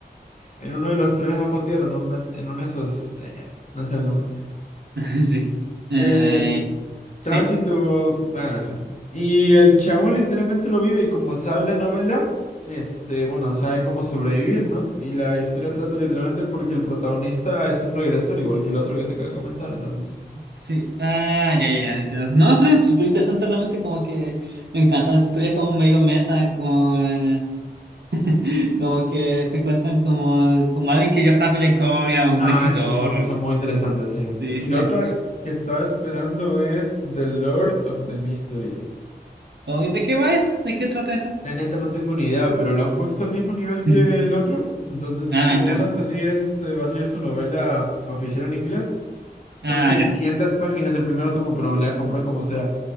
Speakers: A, on the left; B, on the right.
A: En uno de los trenes bajo tierra, en, un en uno de esos. eh, no sé el nombre.
B: <laughs> Sí. Eh,
A: El eh, tránsito.
B: sí.
A: Bueno, eso. Y el chabón literalmente lo vive y como sabe la novela, este, bueno, sabe cómo sobrevivir, ¿no? Y la historia trata literalmente porque el protagonista es un regresor, igual que el otro que te acabo de comentar, entonces.
B: Sí. Ah, ya, ya, ya. entiendo. No, suena súper interesante realmente, como que me encantan las historias como medio meta, como, eh, <laughs> como que se cuentan como, como alguien que ya sabe la historia, o
A: Ah,
B: un escritor,
A: esas sí son,
B: o algo
A: son
B: así.
A: muy interesantes, sí.
B: Sí.
A: Y la
B: <laughs> ah.
A: otra que estaba esperando es The Lord of the Mysteries.
B: Oh, ¿y ¿De qué va esa? ¿De qué trata esa?
A: La neta no tengo ni idea, pero lo han puesto al mismo nivel que
B: Mm.
A: el otro. Entonces,
B: Ah,
A: como
B: claro.
A: van a salir, este, va a salir su novela oficial en inglés. Son
B: Ah,
A: 600
B: ya.
A: páginas el primer tomo, pero me la voy a comprar como sea.